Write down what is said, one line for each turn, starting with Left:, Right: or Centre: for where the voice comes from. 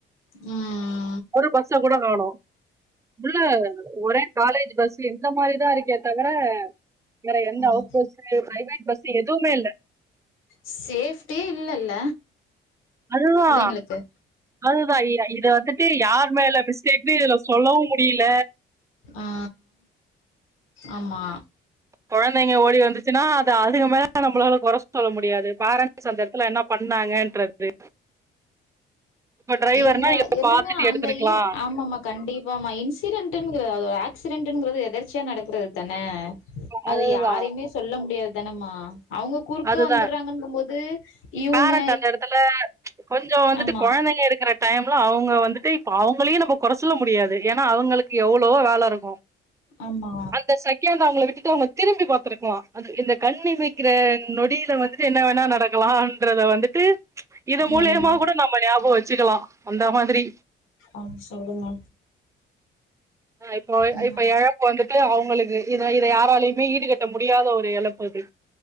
Left: ம்
Right: ஒரு பஸ்ஸ கூட காணோ உள்ள ஒரே காலேஜ் பஸ் இந்த மாரிதா இருக்கே தவிர வேற எந்த
Left: ம்
Right: அவுட் போஸு ப்ரைவேட் பஸ் எதுவுமே இல்ல
Left: சேஃப்டியே இல்லல்ல
Right: அதுதா
Left: பிள்ளைங்களுக்கு
Right: அதுதா இ இது வந்துட்டு யார் மேல மிஸ்டேக்கு இதுல சொல்லவும் முடில
Left: ஆ ஆமா
Right: கொழந்தைங்க ஓடி வந்துச்சுன்னா அது அதுங்க மேல நம்பளால கொற சொல்ல முடியாது பேரண்ட்ஸ் அந்த நேரத்துல என்ன பண்ணாங்கன்றது இப்ப டிரைவர்னா
Left: இல்ல
Right: நீங்க
Left: எல்லாமே
Right: பாத்துட்டு
Left: அந்த
Right: எடுத்திருக்கலா
Left: இங் ஆமமாக் கண்டிப்பாம்மா இன்சிடென்டுங் ஆ ஒரு ஆக்சிடென்டுங்கறது எதர்ச்சியா நடக்குறது தான
Right: அதுதா
Left: அது யாரையுமே சொல்ல முடியாது தானம்மா அவுங்க குறுக்க
Right: அதுதா
Left: வந்துட்றாங்கங்கம்போது இவுங்க
Right: பேரண்ட் அந்த எடத்துல கொஞ்சோ வந்துட்டு
Left: ஆமா
Right: கொழந்தைங்க இருக்கிற டைம்ல அவுங்க வந்துட்டு இப்ப அவுங்களையு நம்ம கொற சொல்ல முடியாது ஏன்னா அவுங்களுக்கு எவ்வளவோ வேல இருக்கு
Left: ஆமா
Right: அந்த செகண்ட் அவுங்கள விட்டுட்டு அவுங்க திரும்பி பாத்துருக்கலா அந்த இந்த கண்ணிமக்கிற நொடியில வந்துட்டு என்ன வேணா நடக்கலான்றத வந்துட்டு இது
Left: ம்
Right: மூலியமா கூட நம்ம ஞாபகம் வச்சுக்கலா அந்த மாதிரி
Left: ஆ சொல்லுங்க
Right: ஆ இப்போ
Left: ம்
Right: இப்ப எழ ப்பு வந்துட்டு அவுங்களுக்கு இத இத யாராலயுமே ஈடுகட்ட முடியாத ஒரு எழப்பு இது